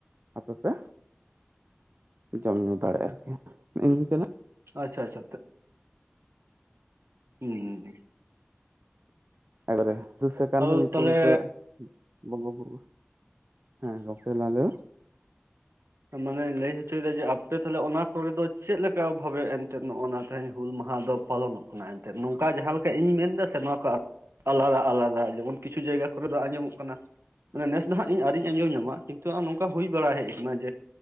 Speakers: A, on the right (about 60°); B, on the right (about 85°).
A: ᱟᱯᱮ ᱯᱮ ᱡᱚᱢᱼ ᱧᱩ ᱫᱟᱲᱮᱭᱟᱜᱼᱟ <unintelligible> ᱱᱤᱭ ᱼᱱᱤᱠᱟᱹᱱᱟᱜ᱾
B: ᱟᱪᱪᱷᱟ ᱟᱪᱪᱷᱟ᱾ ᱩᱸ ᱦᱩᱸ
A: ᱮᱠᱵᱟᱨᱮ ᱫᱩᱥᱟᱹᱠᱟᱱ
B: ᱟᱫᱚ
A: ᱨᱮ <inaudible> ᱦᱚᱸ ᱧᱩᱛᱩᱢ
B: ᱛᱟᱦᱚᱞᱮ
A: ᱛᱮᱜ ᱵᱚᱸᱜᱟ ᱵᱩᱨᱩ ᱦᱮᱸ ᱜᱟᱯᱮ ᱞᱟᱫᱮ᱾
B: ᱢᱟᱱᱮ ᱞᱟᱹᱭ ᱦᱚᱪᱚᱭᱮᱫᱟ ᱡᱮ ᱟᱯᱮ ᱛᱟᱦᱞᱮ ᱚᱱᱟ ᱠᱚᱨ ᱫᱚ ᱪᱮᱫᱞᱮᱠᱟ ᱵᱷᱟᱵᱮ ᱮᱱᱛᱮᱫ ᱱᱚᱜ ᱱᱟ ᱛᱮᱧ ᱦᱩᱞ ᱢᱟᱦᱟ ᱫᱚ ᱯᱟᱞᱚᱱᱚᱜ ᱠᱟᱱᱟ ᱮᱱᱛᱮᱫ ᱱᱚᱝᱠᱟ ᱡᱟᱦᱟᱸ ᱞᱮᱠᱟ ᱤᱧ ᱢᱮᱱ ᱮᱫᱟ ᱥᱮ ᱱᱚᱣᱟ ᱠᱚ ᱟᱞᱟᱫᱟ ᱟᱞᱟᱫᱟ ᱡᱮᱢᱚᱱ ᱠᱤᱪᱷᱩ ᱡᱟᱭᱜᱟ ᱠᱚᱨᱮ ᱫᱚ ᱟᱸᱡᱚᱢᱚᱜ ᱠᱟᱱᱟ- ᱢᱮ ᱱᱮᱥ ᱫᱚ ᱦᱟᱸᱜ ᱤᱧ ᱟᱹᱣᱨᱤᱧ ᱟᱸᱡᱚᱢ ᱧᱟᱢᱟ ᱠᱤᱱᱛᱩ ᱱᱚᱝᱠᱟ ᱦᱩᱭ ᱵᱟᱲᱟ ᱦᱮᱡ ᱟᱠᱟᱱᱟ ᱡᱮ